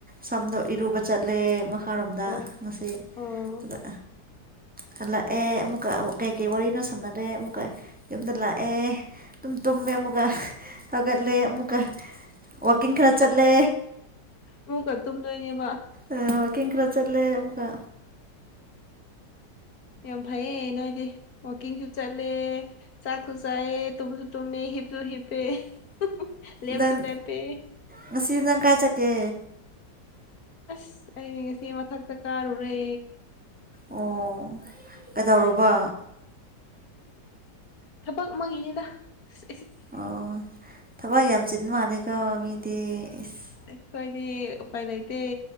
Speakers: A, in the centre; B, on the left.
A: ꯁꯝꯗꯣ ꯏꯔꯨꯕ ꯆꯠꯂꯦ ꯃꯈꯥꯔꯣꯝꯗ
B: ꯑꯣ
A: ꯉꯁꯤ
B: ꯑꯣ
A: ꯑꯗꯨꯒ ꯍꯜꯂꯛꯑꯦ ꯑꯃꯨꯛꯀ ꯋ ꯀꯩꯀꯩ ꯋꯥꯔꯤꯅꯣ ꯁꯥꯟꯅꯔꯦ ꯑꯃꯨꯛꯀ ꯌꯨꯝꯗ ꯂꯥꯛꯑꯦ ꯇꯨꯝ ꯇꯨꯝꯃꯦ ꯑꯃꯨꯛꯀ ꯍꯧꯒꯠꯂꯦ ꯑꯃꯨꯛꯀ ꯋꯥꯀꯤꯡ ꯈꯔ
B: ꯑꯃꯨꯛꯀ
A: ꯆꯠꯂꯦ
B: ꯑꯃꯨꯛꯀ ꯇꯨꯝꯗꯣꯏꯅꯦꯕ
A: ꯑ ꯋꯥꯀꯤꯡ ꯈꯔ ꯆꯠꯂꯦ ꯑꯃꯨꯛꯀ
B: ꯌꯥꯝ ꯐꯩꯌꯦ ꯅꯣꯏꯗꯤ ꯋꯥꯛꯀꯤꯡꯁꯨ ꯆꯠꯂꯦ ꯆꯥꯛꯁꯨ ꯆꯥꯏꯌꯦ ꯇꯨꯝꯁꯨ ꯇꯨꯝꯃꯦ ꯍꯤꯞꯁꯨ ꯍꯤꯞꯄꯦ <unintelligible> ꯂꯦꯞꯁꯨ
A: ꯅꯪ
B: ꯂꯦꯞꯄꯦ
A: ꯉꯁꯤ ꯅꯪ ꯀꯥꯏ ꯆꯀꯦ
B: ꯑꯁ ꯑꯩ ꯉꯁꯤ ꯃꯊꯛꯇ ꯀꯥꯔꯨꯔꯦ
A: ꯑꯣ ꯀꯩꯗꯧꯔꯨꯕ
B: ꯊꯕꯛ ꯑꯃꯒꯤꯅꯦꯗ <unintelligible>
A: ꯑꯣ ꯊꯕꯛ ꯌꯥꯝ ꯆꯤꯟ ꯃꯥꯜꯂꯦꯀꯣ ꯃꯤꯗꯤ ꯏꯁ
B: ꯈꯣꯏꯗꯤ ꯎꯄꯥꯏ ꯂꯩꯇꯦ